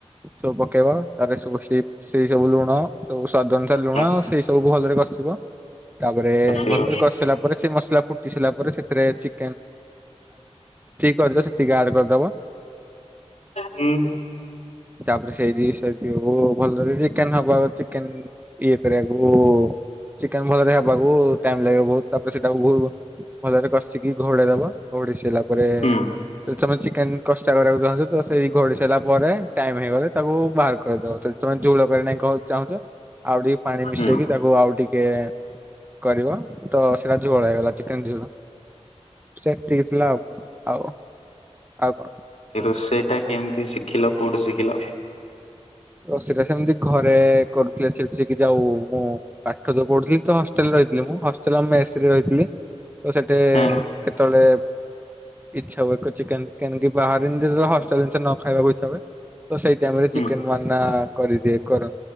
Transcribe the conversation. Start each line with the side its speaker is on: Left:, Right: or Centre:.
Right: ସବୁ ପକେଇବା ତରେ ସବୁ ସ। ସେଇ ସବୁ ଲୁଣ ସବୁ ସ୍ଵାଦନ ଅନୁସାର ଲୁଣ
Left: ହଁ।
Right: ସେଇ ସବୁ ଭଲରେ କଷିବ। ତାପରେ
Left: ଆସିବ।
Right: ଭଲରେ କରିସାରିଲା ପରେ ସେ ମ। ସେଟା ଫୁଟି ସିଲ ପରେ ସେଥିରେ। ଯେତିକି କରିଦ ସେତିକି ଆଡ କରିଦବ
Left: ହୁଁ
Right: ତାପରେ ସେଇଠି ସେଠି ଭଲରେ ଚିକେନ ହବ। ଚିକେନ ଇଏ କରିବାକୁ ଚିକେନ ଭଲରେ। ବାବୁ ଟାଇମ ଲାଗିବ ବହୁତ। ତାପରେ ସେଟାିବ। ଭଲରେ କସିି। ଘୋଡା ଦବା ଘୋଡେଇି ଲବ। ତାପରେ
Left: ହୁଁ
Right: ଏ ବିଚମ ଅଛି। କେମତି କଷ୍ଟା କରିବାକୁ ଚାହନ୍ତୁ ତ ସେଇ ଘଡ଼ି ସାରିଲା ପରେ ଟାଇମ ହେଇଗଲେ ତାକୁ। ବାହାର କରିଦବ ଯଦି ତମେ ଝୋଳ କରିାଇ କ ଚାହୁଁଛ ଆଉ ଟିକେ ପାଣି ମିଶେଇକି
Left: ହୁଁ
Right: ତାକୁ ଆଉ ଟିକେ କରିବ ତ ସେଇଟା ଝୋଳ ହେଇଗଲା ଚିକେନ ଝୋଳ। ସେତିକି ଥିଲା ଆଉ ଆଉ। ଆଉ କଣ। କୁହନ୍ତୁ।
Left: ଏ ରୋଷେଇଟା କେମିତି ଶିଖିଲ କୋଉଠୁ ଶିଖିଲ।
Right: ତ ସେଟା ସେମିତି ଘରେ କରୁଥିଲେ ସେଠି ସେକି ଯାଉ ମୁଁ ପାଠ ତ ପଢୁଥିଲି ତ ହଷ୍ଟେଲରେ ରହିଥିଲି ମୁଁ। ହସଷ୍ଟ୍ରେଲ ମୁ ମେସରେ ରହିଥିଲି ତ ସେଠି
Left: ହଁ
Right: କେତେବେଳେ। ଇ୍ଛା ହଏ ଚିକେନ ବାହାରେ ହେଲ ନ ଖାଇବାକୁ ଇଛା ହୁଏ। ତ ସେଇ ଟାଇମରେ
Left: ହୁଁ।
Right: ଚିକେନ। ନା କରିଦିଏ କର